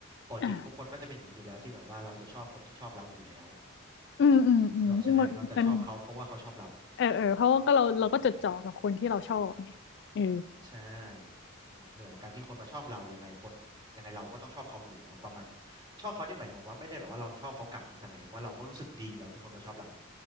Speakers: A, on the right; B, on the left.
A: ปกติทุกคนก็จะเป็นอย่างนี้อยู่แล้วที่แบบว่าเราจะชอบคนที่ชอบเราอยู่แล้ว
B: อ่ะอืมอืมอืมหมันมัน
A: นึกออกใช่ไหมเราจะชอบเขาเพราะว่าเขาชอบเรา
B: เออเออเพราะว่าก็เราเราก็จดจ่อกับคนที่เราชอบไงเออ
A: ใช่อืมคือแบบการที่คนมาชอบเรายังไงคนยังไงเราก็ต้องชอบเขาอยู่แล้วประมาณแบบชอบเขานี่หมายถึงว่าไม่ได้แบบว่าเราชอบเขากลับนะแต่หมายถึงว่าเราก็รู้สึกดีอยู่แล้วที่คนมาชอบเรา